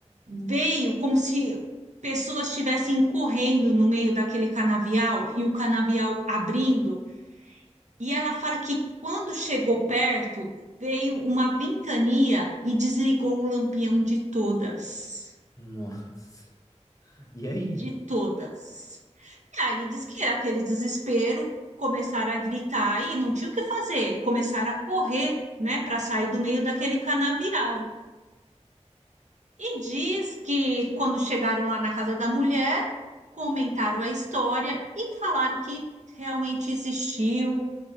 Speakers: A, on the right (about 80°); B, on the left (about 30°).
A: veio como se pessoas estivessem correndo no meio daquele canavial e o canavial abrindo. E ela fala que quando chegou perto, veio uma ventania e desligou o lampião de todas.
B: Nossa. E aí?
A: De todas. E aí diz que aquele desespero começaram a gritar e não tinha o que fazer, começaram a correr, né, para sair do meio daquele canavial. E diz que quando chegaram lá na casa da mulher, comentaram a história e falaram que realmente existiu